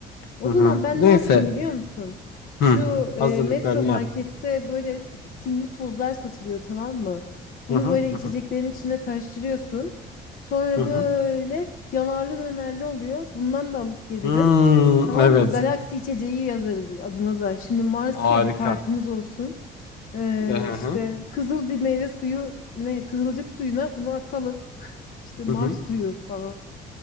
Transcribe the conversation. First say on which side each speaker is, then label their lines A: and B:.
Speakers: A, on the left; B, on the left.
A: O
B: Hı
A: zaman
B: hı.
A: ben
B: Neyse.
A: ne yapayım biliyor musun? Şu
B: Hı.
A: e,
B: Hazırlıklarını
A: Metro Market'te
B: yap.
A: böyle s- simli tozlar satılıyor tamam mı? Bunu
B: Hı hı
A: böyle içeceklerin
B: hı hı.
A: içine karıştırıyorsun. Sonra
B: Hı hı.
A: böyle yanarlı dönerli oluyor. Bundan da alıp gelirim.
B: Hmm,
A: Tamam
B: evet.
A: mı? Galaksi içeceği yazarız adına da. Şimdi Mars
B: Harika.
A: ya bir farkımız olsun. Ee,
B: Hı hı.
A: işte kızıl bir meyve suyu ne kızılcık suyuna bunu atalım. <laughs> İşte Mars
B: Hı hı.
A: suyu falan.